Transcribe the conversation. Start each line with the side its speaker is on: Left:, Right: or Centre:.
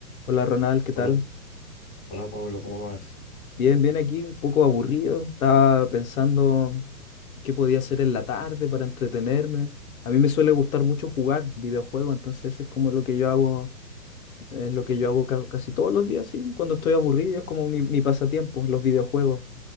Left: Hola Ronald, ¿qué tal?
Centre: Hola, hola Pablo, ¿cómo vas?
Left: Bien, bien aquí, un poco aburrido. Estaba pensando qué podía hacer en la tarde para entretenerme. A mí me suele gustar mucho jugar videojuegos, entonces es como lo que yo hago, es lo que yo hago ca- casi todos los días, sí, cuando estoy aburrido, es como mi, mi pasatiempo, los videojuegos.